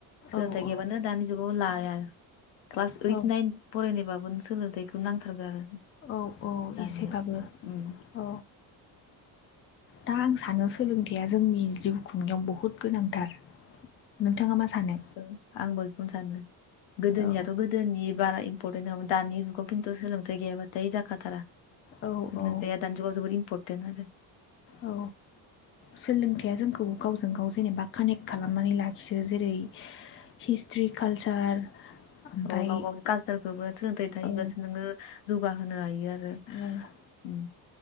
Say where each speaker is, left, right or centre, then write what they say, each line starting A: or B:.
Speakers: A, on the left; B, on the left.
A: सोलोंथाइ
B: औ औ
A: गैयबानो दानि जुगाव लाया क्लास ओइट
B: औ
A: नाइन फरायनायबाबो नों सोलोंथायाइखौ नांथारगोन आरो
B: औ औ
A: दानिया
B: एसेबाबो
A: उम
B: औ दा आं सानो सोलोंथाइया जोंनि जिउ खुंनायाव बहुद नोंथाङा मा सानो
A: औ आं बैखौनो सानो गोदोनियाथ'
B: औ
A: गोदोनि बारा इम्परटेन्ट नङामोन दानि जुगाव खिन्थु सोलोंथाइ गैयाबाथाय जाखाथारा
B: औ औ
A: दानि जुगाव इम्पर्टेनट आरो
B: औ सोलोंथाइया जोंखौ गावजों गाव जेनेबा कानेक्ट खालामनानै लाखियो जेरै हिस्ट्रि कालसार ओमफ्राय
A: अ गाव गावनि कालसारखौबो सोलोंथाइ थायोबासो
B: औ
A: नोङो जौगाहोनो हायो आरो आरो
B: औ